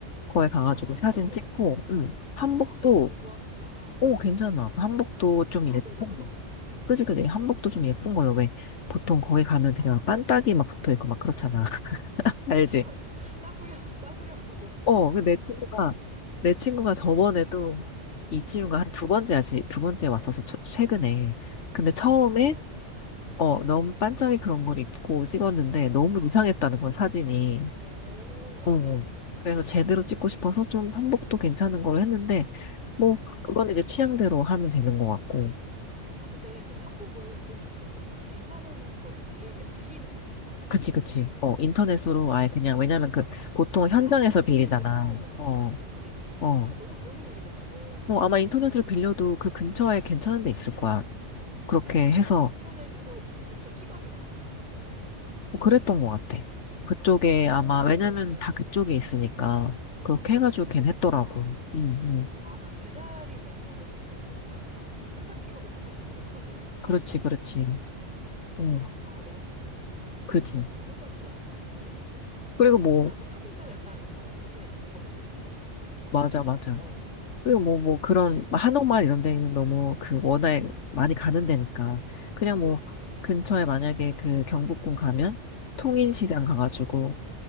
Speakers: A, on the left; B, in the centre.
A: 거기 가가지고
B: 아,
A: 사진
B: 어머,
A: 찍고, 음, 한복도,
B: <gasps> 헉, 너무 좋아하겠다.
A: 오, 괜찮아. 한복도 좀
B: 아, 사진
A: 예뻐.
B: 작가 너무 좋다.
A: 그지, 그지. 한복도 좀 예쁜 걸로 왜 보통 거기 가면 그냥
B: 어,
A: 빤딱이 막 붙어 있고 막 그렇잖아. <laughs>
B: 맞아,
A: 알지?
B: 맞아. <laughs> 싸구려, 싸구려 한복.
A: 어, 그 내 친구가 내 친구가 저번에도
B: 음,
A: 이 친구가
B: 음,
A: 한 두 번째야지 두 번째 왔어서 처- 최근에. 근데 처음에
B: 아, 이미 왔던 친구구나.
A: 어
B: 음,
A: 너무 반짝이 그런 걸 입고 찍었는데 너무 이상했다는 걸 사진이.
B: 오, 응,
A: 어. 어.
B: 응, 응,
A: 그래서 제대로 찍고 싶어서 좀 한복도 괜찮은 걸 했는데 뭐
B: 응.
A: 그건 이제 취향대로 하면 되는 것 같고.
B: 아, 근데 그 한복을 조금 그럼 그- 괜찮은 걸로 빌리, 빌리는 거지.
A: 그치,
B: 만약에
A: 그치.
B: 하면은.
A: 어, 인터넷으로
B: 오.
A: 아예 그냥, 왜냐면 그, 보통 현장에서
B: 아, 인터넷으로?
A: 빌리잖아. 어,
B: 그치.
A: 어.
B: 아, 너무 좋은 생각이다, 그거.
A: 뭐 아마 인터넷으로 빌려도 그 근처에 괜찮은 데 있을 거야. 그렇게 해서,
B: 아, 인터넷으로 근처 픽업이 가능한 거야, 그러면?
A: 뭐 그랬던 것 같아. 그쪽에
B: 오,
A: 아마, 왜냐면 다 그쪽에 있으니까, 그렇게 해가지고
B: 그렇구나.
A: 걘 했더라고. 응, 응.
B: 아, 난 배달이 되는 걸로 생각했는데 그게 아니라 현장 픽업이면 사실 더 좋거든, 이게.
A: 그렇지, 그렇지. 응,
B: 아, 너무 좋다, 너무 좋다. 너무
A: 그치.
B: 좋은 꿀정보야. 어.
A: 그리고 뭐,
B: 그렇게 하고 사진도 약간, 어, 사실 경복궁 핵심이니까 너무 좋은
A: 맞아,
B: 거.
A: 맞아.
B: 같고. 어.
A: 그리고 뭐, 뭐, 그런,
B: 아.
A: 뭐 한옥마을 이런 데는 너무 그 워낙 많이 가는 데니까. 그냥
B: 그치.
A: 뭐, 근처에 만약에 그 경복궁 가면 통인시장
B: 음.
A: 가가지고